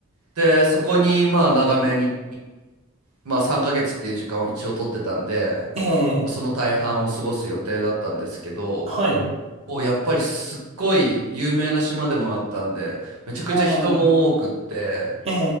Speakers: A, on the right; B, on the right.
A: で、そこに、まあ、長めに、まあ、3ヶ月っていう時間を一応取ってたんで、
B: ええ、
A: その大半を過ごす予定だったんですけど、
B: はい。
A: おやっぱりすっごい有名な島でもあったんでめちゃくちゃ人も多くって
B: ああ、え